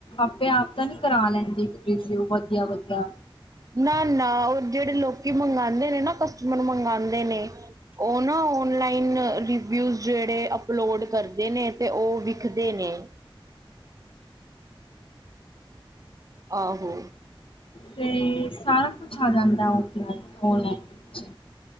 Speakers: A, on the left; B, on the right.
A: ਆਪੇ ਆਪ ਤਾਂ ਨੀ ਕਰਾ ਲੈਂਦੀ ਰਿਵੀਊ ਵਧੀਆ- ਵਧੀਆ।
B: ਨਾ ਨਾ ਓ ਜੇੜੇ ਲੋਕੀ ਮੰਗਾਦੇ ਨੇ ਨਾ ਕਸਟਮਰ ਮੰਗਾਂਦੇ ਨੇ ਓ ਨਾ ਔਨਲਾਈਨ ਰਿਵਿਊਜ਼ ਜੇੜੇ ਅਪਲੋਡ ਕਰਦੇ ਨੇ ਤੇ ਓ ਵਿਖਦੇ ਨੇ। ਆਹੋ।
A: ਤੇ ਸਾਰਾ ਕੁਛ ਆ ਜਾਂਦਾ ਓਫਲਾਈਨ ਔਨਲਾਈਨ। ਵਿੱਚ?